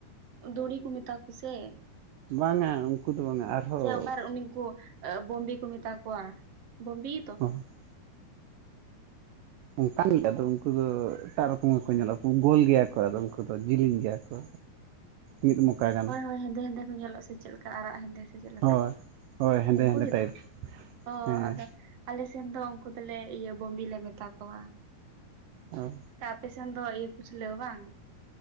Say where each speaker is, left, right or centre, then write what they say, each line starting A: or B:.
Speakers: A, on the right; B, on the right.
A: ᱫᱩᱲᱤ ᱠᱩ ᱢᱮᱛᱟ ᱠᱚ ᱥᱮ?
B: ᱵᱟᱝᱼᱟ ᱩᱱᱠᱩ ᱫᱚ ᱵᱟᱝᱟ᱾ ᱟᱨᱦᱚᱸ
A: ᱥᱮ ᱟᱵᱟᱨ ᱩᱱᱠᱩ <inaudible> ᱠᱚ ᱢᱮᱛᱟ ᱠᱚᱣᱟ <inaudible> ᱜᱮ ᱛᱚ
B: <unintelligible> ᱚᱱᱠᱟᱱ ᱜᱮ
A: ᱚ
B: ᱟᱫᱚ ᱩᱱᱠᱩ ᱫᱚ ᱮᱴᱟᱜ ᱨᱚᱠᱚᱢ ᱜᱮᱠᱚ ᱧᱮᱞᱚᱜᱼᱟ᱾ᱜᱳᱞ ᱜᱮᱭᱟ ᱠᱚ ᱟᱫᱚᱢ ᱠᱚ ᱫᱚ ᱡᱮᱞᱮᱧ ᱜᱮᱭᱟ ᱠᱚ᱾ ᱢᱤᱫ ᱢᱚᱠᱟ ᱜᱟᱱ᱾
A: ᱦᱳᱭᱻᱦᱳᱭ, ᱦᱮᱸᱫᱮ ᱦᱮᱸᱫᱮ ᱠᱚ ᱧᱮᱞᱚᱜᱼᱟ᱾ ᱥᱮ ᱪᱮᱫ ᱞᱮᱠᱟ ᱟᱨᱟᱜ ᱦᱮᱸᱫᱮ ᱥᱮ ᱪᱮᱫ ᱞᱮᱠᱟ
B: ᱦᱳᱭ ᱦᱳᱭ ᱦᱮᱸᱫᱮ
A: ᱩᱱᱠᱩ
B: ᱦᱮᱸᱫᱮ
A: ᱜᱮᱛᱚ?
B: ᱴᱟᱭᱤᱯ
A: ᱚ
B: ᱦᱮᱸ
A: ᱟᱫᱚ ᱟᱞᱮ ᱥᱮᱱ ᱫᱚ ᱩᱱᱠᱩ ᱫᱚᱞᱮ ᱤᱭᱟᱹ ᱵᱚᱢᱵᱤ ᱞᱮ ᱢᱮᱛᱟ ᱠᱚᱣᱟ᱾
B: ᱚᱻ,
A: ᱛᱚ ᱟᱯᱮ ᱥᱮᱱ ᱫᱚ ᱤᱭᱟᱹ ᱠᱩᱪᱞᱟᱹ ᱵᱟᱝ?